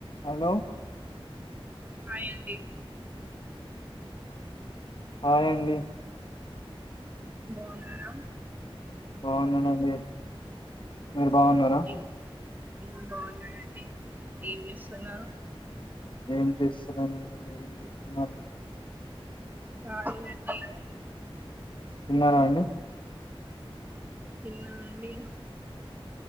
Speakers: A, on the left (about 55°); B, on the right (about 20°).
A: Hello
B: hi అండి
A: hi అండి
B: బాగున్నారా
A: బాగున్నానండి మీరు బాగున్నారా
B: ఏం- ఉమ్ బావున్నానండి ఏం జేస్తున్నారు
A: ఏం చేస్తున్నానండి మీరేం చేస్తున్నారు
B: హాయి అండి
A: తిన్నారా అండి.
B: తిన్నానండి